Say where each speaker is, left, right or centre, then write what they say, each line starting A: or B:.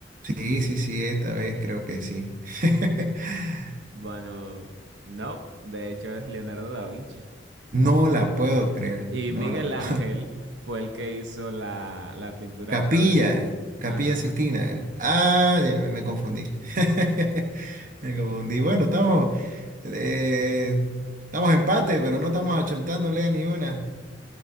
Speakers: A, on the right; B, on the right.
A: Sí, sí, sí, esta vez creo que sí. <laughs>
B: Bueno, no. De hecho, es Leonardo da Vinci.
A: No la puedo creer,
B: Y
A: no
B: Miguel
A: la puedo.
B: Ángel fue el que hizo la, la
A: <laughs>
B: pintura
A: Capilla,
B: esta de...
A: Capilla
B: Ajá.
A: Sixtina. era. Ah, ya me, me confundí. <laughs> Me confundí. Bueno, estamos, eh, estamos en empate, pero no estamos achontándole a ni una.